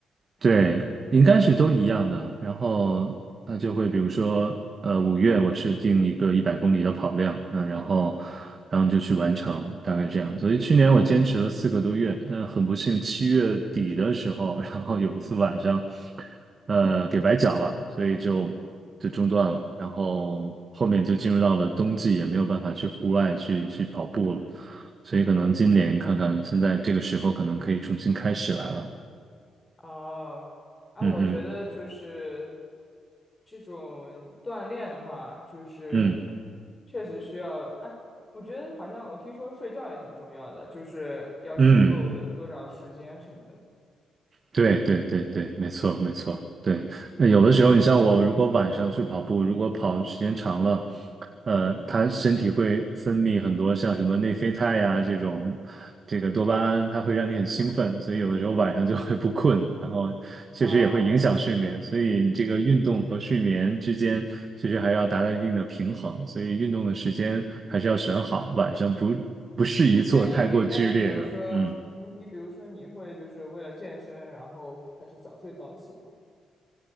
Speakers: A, on the right (about 45°); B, on the left (about 30°).
A: 对，
B: 嗯。
A: 应该是都一样的。然后它就会，比如说，呃，五月我设定一个一百公里的跑量，那然后，然后就去完成，大概这样。所以去年我坚持了四个多月，但很不幸，七月底的时候，然后有一次晚上，呃，给崴脚了，所以就就中断了。然后后面就进入到了冬季，也没有办法去户外去去跑步了。所以可能今年看看，现在这个时候可能可以重新开始来了。
B: 哦，啊，
A: 嗯哼，
B: 我觉得就是这种锻炼的话，就是
A: 嗯。
B: 确实需要。哎，我觉得好像我听说睡觉也挺重要的，就是要睡够多少时间什么的。
A: 嗯，对对对对，没错没错，对。那有的时候，你像我，如果晚上去跑步，如果跑时间长了，呃，它身体会分泌很多像什么内啡肽呀、这种，这个多巴胺，它会让你很兴奋，所以有的时候晚上就会不困，然后确实也会影响睡眠，
B: 哦，
A: 所以你这个运动和睡眠之间其实还要达到一定的平衡，所以运动的时间还是要选好，晚上不不适宜做太过剧烈的，
B: 那你那你比如说，
A: 嗯
B: 你你比如说你会就是为了健身，然后开始早睡早起吗？